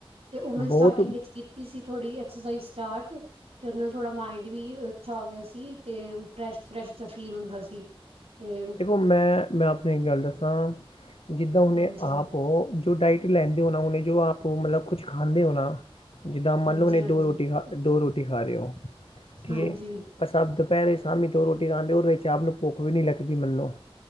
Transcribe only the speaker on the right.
ਤੇ ਉਹ ਮੈਂ
ਸਟਾਰਟਿੰਗ ਵਿੱਚ ਕੀਤੀ ਸੀ ਥੋੜੀ ਐਕਸਰਸਾਈਜ਼ ਸਟਾਰਟ ਤੇ ਉਹਨੂੰ ਥੋੜਾ ਮਾਇੰਡ ਵੀ ਅੱਛਾ ਹੋ ਗਿਆ ਸੀ ਤੇ ਫਰੈਸ਼ ਫਰੈਸ਼ ਫੀਲ ਹੁੰਦਾ ਸੀ। ਤੇ
ਹਾਂਜੀ
ਹਾਂਜੀ
ਹਾਂਜੀ ਹਾਂਜੀ
ਹਾਂਜੀ